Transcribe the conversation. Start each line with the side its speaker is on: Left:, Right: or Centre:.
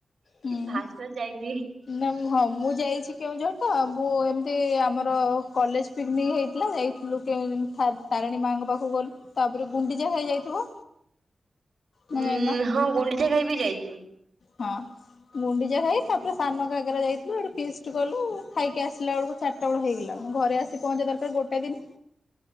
Left: ହୁଁ।
Right: ଫାସ୍ ଫାସ୍ ଯାଇଛି।
Left: ନା ହଁ ମୁଁ ଯାଇଛି କେଉଁଝର ତ ମୁଁ ଏମିତି ଆମର କଲେଜ। ପିକନିକ୍ ହେଇଥିଲା ଯାଇଥିଲୁ କେଉଁ ଥା ତାରିଣୀ ମା'ଙ୍କ ପାଖକୁ ଗଲୁ। ତାପରେ ଗୁଣ୍ଡିଚା ଘାଇ ଯାଇଥିବ। ନା
Right: ଉଁ
Left: ଯାଇନ?
Right: ହଁ ଗୁଣ୍ଡିଚା ଘାଇ ବିି ଯାଇଛି।
Left: ହଁ ଗୁଣ୍ଡିଚା ଘାଇ ତାପରେ ସାନଙ୍କ ଘାଗେରା ଯାଇଥିଲୁ ସେଠି ଫିଷ୍ଟ କଲୁ ଖାଇକି ଆସିଲା ବେଳକୁ। ଚାରିଟା ବେଳ ହେଇଗଲାଣି ଘରେ ଆସି ପହଞ୍ଚିବା ଦରକାର ଗୋଟେ ଦିନ